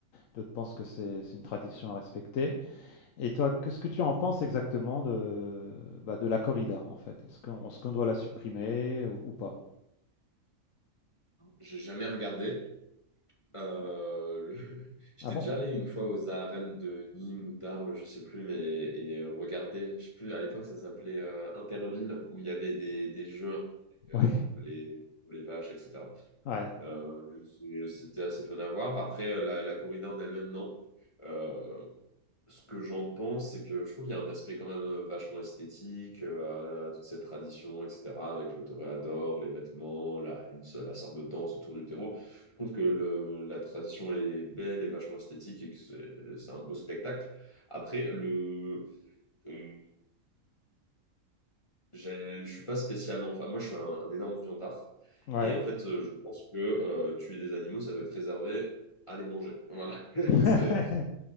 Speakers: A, on the left; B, on the left.
A: d'autres pensent que c'est c'est une tradition à respecter. Et toi, qu'est-ce que tu en penses exactement de, bah, de la corrida, en fait? Est-ce qu'on est-ce qu'on doit la supprimer ou, ou pas?
B: J'ai jamais regardé. Euh, le... <laughs> J'étais
A: Ah bon?
B: déjà allé une fois aux arènes de Nîmes ou d'Arles, je sais plus, mais et regarder, je sais plus, à l'époque ça s'appelait euh, Interville, où il y avait des, des jeux euh,
A: Ouais,
B: les les vaches, etc.
A: ouais,
B: Euh, c'est- c'était assez fun à voir. Après, euh, la, la corrida en elle-même, non. Euh, ce que j'en pense, c'est que je trouve qu'il y a un aspect quand même euh, vachement esthétique euh, à, à toute cette tradition, etc., avec le toréador, les vêtements, la, une, seule- la sorte de danse autour du terreau. Je trouve que le- la tradition est belle et vachement esthétique et que c'est c'est un beau spectacle. Après, le, euh, j'ai- je suis pas spécialement... Enfin, moi, je suis un, un énorme viandard.
A: ouais.
B: Et en fait, euh, je pense que euh, tuer des animaux, ça doit être réservé à les manger. Voilà. <laughs>
A: <laughs>
B: C'est,